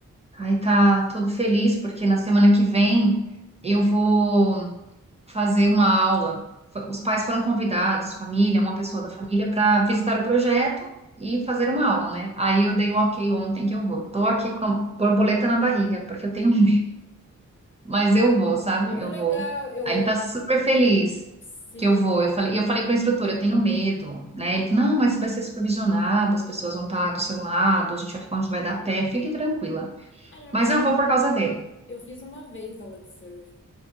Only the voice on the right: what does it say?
Aí tá todo feliz porque na semana que vem eu vou fazer uma aula. F- Os pais foram convidados, família,
uma pessoa da família, para visitar o projeto e fazer uma aula, né? Aí eu dei o ok ontem que eu vou. Tô aqui com a borboleta na barriga porque eu tenho <laughs> Mas eu vou, sabe?
Eu
vou.
Aí ele tá super feliz
que eu vou. Eu falei, e eu falei para o instrutor, eu tenho medo, né? Ele, não, mas você vai ser supervisionado, as pessoas vão estar do seu lado, a gente vai ficar onde vai dar pé, fique tranquila.
Mas
eu vou por causa dele.